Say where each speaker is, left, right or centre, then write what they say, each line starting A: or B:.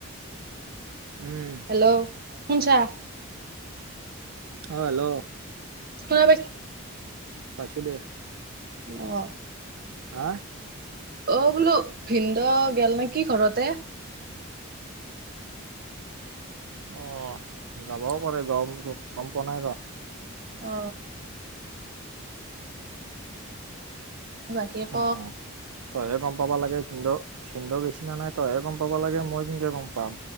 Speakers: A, on the right (about 90°); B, on the right (about 45°).
A: উম
B: হেল্ল'। সুনছা?
A: আহ। হেল্ল'।
B: শুনা পাইছ
A: পাইছোঁ দে।
B: অ
A: হা?
B: অ বোলো ভিনদেউ গেল নেকি ঘৰতে,
A: অ যাবও পাৰে বাৰু, গম পোৱা নাই ৰ।
B: অ বাকী ক
A: অ তইহে গম পাব লাগে ভিনদেউক, ভিনদেউ গৈছি নে নাই তইহে গম পাব লাগে। মই কেনেকে গম পাম?